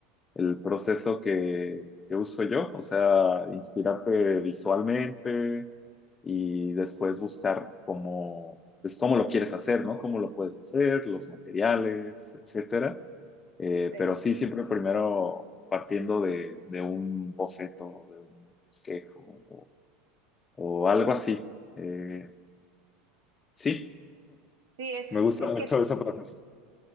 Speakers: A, on the left (about 25°); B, on the right (about 70°).
A: el proceso que, que uso yo. O sea, inspirarte visualmente, y después buscar cómo, pues, cómo lo quieres hacer, ¿no? Cómo lo puedes hacer, los materiales, etcétera. Eh,
B: Sí,
A: pero sí, siempre primero partiendo de, de un boceto, de un esquejo o, o algo así. Eh, sí,
B: sí, es,
A: me gusta
B: es
A: mucho
B: que
A: ese proceso.